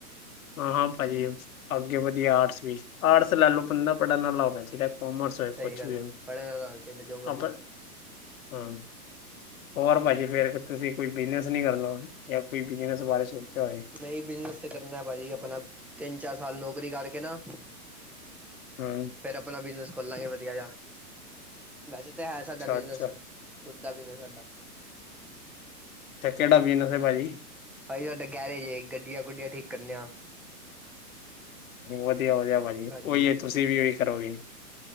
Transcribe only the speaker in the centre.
ਸਹੀ
ਗੱਲ
ਹੈ
ਪੜ੍ਹਨ ਵਾਲਾ ਹੋਣਾ ਚਾਹੀਦਾ ਜੋ ਮਰਜ਼ੀ
ਲਓ
ਨਹੀਂ ਬਿਜਨਸ ਤੇ ਕਰਨਾ ਭਾਜੀ ਆਪਣਾ ਤਿੰਨ ਚਾਰ ਸਾਲ ਨੌਕਰੀ ਕਰਕੇ ਨਾ।
ਫਿਰ ਆਪਣਾ ਬਿਜਨਸ ਖੋਲਾਂਗੇ ਵਧੀਆ ਜਾ ਵੈਸੇ ਤਾਂ ਹੈ ਸਾਡਾ
ਬਿਜਨਸ
ਖੁਦ ਦਾ ਵੀ ਸਾਡਾ
ਭਾਜੀ ਸਾਡਾ ਗੈਰਜ ਗੱਡੀਆਂ ਗੁਡੀਆਂ ਠੀਕ ਕਰਨੇ ਆ।
ਹਾਂਜੀ